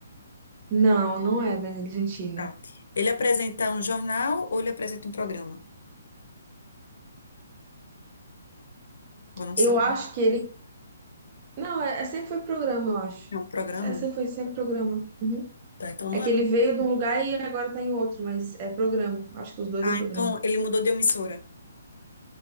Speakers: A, on the right (about 25°); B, on the left (about 75°).
A: Não, não é Danilo Gentili.
B: Tá. Ele apresenta um jornal ou ele apresenta um programa? Ou não sabe?
A: Eu acho que ele. Não, é, é- sempre foi programa, eu acho.
B: É um programa?
A: É, sempre foi sempre programa. Uhum.
B: Tá, então não
A: É que
B: é
A: ele
B: um.
A: veio de um lugar e agora tá em outro, mas é programa. Acho que os dois
B: Ah,
A: é programa.
B: então ele mudou de emissora,